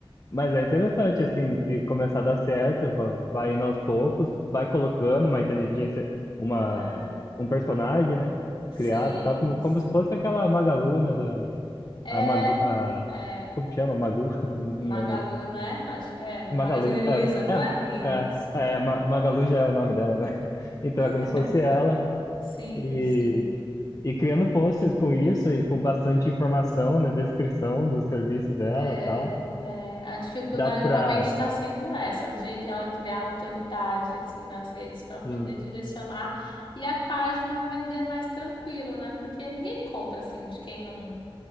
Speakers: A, on the left; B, on the left.
A: Mas é interessante, assim, se começar a dar certo, va- vai indo aos poucos, vai colocando uma inteligência, uma,
B: é,
A: um personagem, né?
B: sim,
A: Criado, tá como, como
B: sim.
A: se fosse aquela Magalu, né? Da,
B: É,
A: a Magu, a,
B: é.
A: como que chama? Magu? <laughs> Não
B: Magalu,
A: lembro.
B: né? Acho que é. Do
A: Magalu.
B: Magazine Luiza,
A: É,
B: não
A: é,
B: é? Isso.
A: é, é, Ma- Magalu já é o nome dela, né? <laughs> Então é como
B: <laughs>
A: se fosse ela.
B: Sim,
A: E,
B: sim.
A: e criando posts com isso e com bastante informação, né? Descrição do serviço dela
B: É,
A: e tal.
B: é, a dificuldade
A: Dá pra.
B: realmente está sendo essa, de ela criar autoridade assim nas redes para poder
A: Sim,
B: direcionar e a página vender mais tranquilo, né? Porque ninguém compra assim de quem não